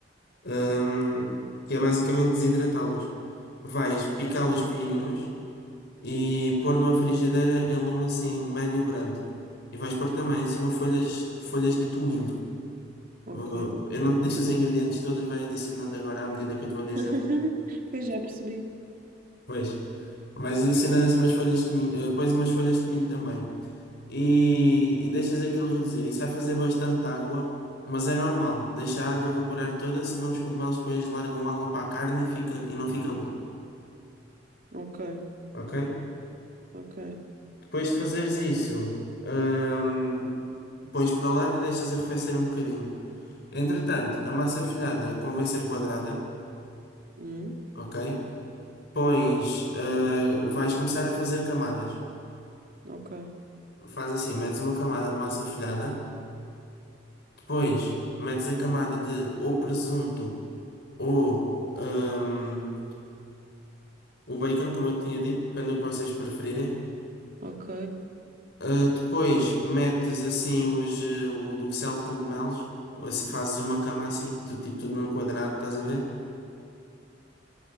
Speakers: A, on the left; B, on the right.
A: hum, que é basicamente desidratá-los. Vais picá-los pequenininhos e pôr numa frigideira em lume assim médio brando. E vais pôr também em cima folhas, folhas de tomilho.
B: ok.
A: Uh, Eu não te disse os ingredientes todos, vai adicionando agora à medida que eu te vou dizendo.
B: <laughs> Pois já percebi.
A: Pois, vais adicionando assim umas folhas de tomilho, eh, pões umas folhas de tomilho também. E, e deixas aquilo reduzir. Isso vai fazer bastante água, mas é normal. Deixa a água evaporar toda, senão os cogumelos depois largam água para a carne e, fica, e não fica bom.
B: Ok,
A: ok?
B: ok.
A: Depois de fazeres isso, hum, pões para o lado e deixas arrefecer um bocadinho. Entretanto, a massa folhada convém ser quadrada,
B: Hum,
A: ok? Pões, eh, vais começar a fazer camadas.
B: ok,
A: Faz assim, metes uma camada de massa folhada, depois metes a camada de ou presunto ou hum, o bacon, como eu tinha dito, depende do que vocês preferirem.
B: ok.
A: Uh, depois metes assim os, uh, o Duxelle de cogumelos, assim fazes uma cama assim, do tipo tudo num quadrado, estás a ver?